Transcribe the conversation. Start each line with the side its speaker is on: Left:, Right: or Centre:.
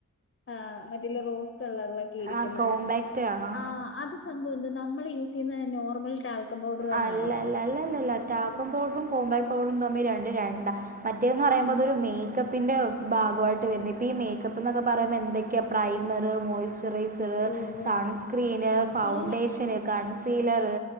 Left: ആഹ് മറ്റേ ഇല്ല റോസ് കളറിലൊക്കെ ഇരിക്കുന്നെ
Right: ആ കോമ്പാക്റ്റ് ആണോ
Left: ആ അത് സംഭവം എന്ത നമ്മൾ യൂസ് ചെയ്യുന്നത് നോർമൽ ആൽക്കോ പൗഡർ തന്നാണോ
Right: അല്ല അല്ല അല്ല അല്ലല്ല ടാൽക്കം പൗഡറും കോംമ്പാക്റ്റ് പൗഡറും തമ്മി രണ്ട് രണ്ടാ, മറ്റേന്ന് പറയുമ്പോ
Left: ഉം
Right: അതൊരു മേക്കപ്പ് പിന്റെ ഭാഗമായിട്ട് വരുന്നത്. ഇപ്പൊ ഈ മേക്കപ്പ് എന്നൊക്കെ പറയുമ്പോ എന്തൊക്കെയാ പ്രൈമർ മോയിസ് മയ്സ്ചറൈസർ
Left: ഓഹ്
Right: സൺസ്ക്രീന് ഫൗണ്ടേഷന്
Left: ഈ
Right: കൺസീലറ്